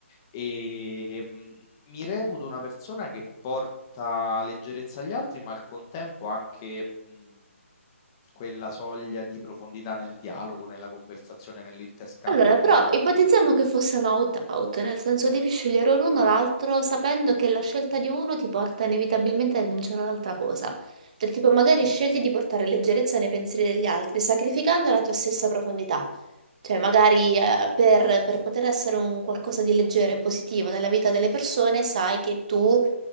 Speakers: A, on the left; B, on the right.
A: e mh, mi reputo una persona che porta leggerezza agli altri, ma al contempo anche mh, quella soglia di profondità nel dialogo, nella conversazione, nell'interscambio
B: Allora,
A: con
B: però
A: gli altri.
B: ipotizziamo che fosse un out-out, nel senso devi scegliere l'uno o l'altro sapendo che la scelta di uno ti porta inevitabilmente a rinunciare all'altra cosa. Del tipo, magari scegli di portare leggerezza nei pensieri degli altri, sacrificando la tua stessa profondità. Cioè, magari eh, per, per poter essere un qualcosa di leggero e positivo nella vita delle persone, sai che tu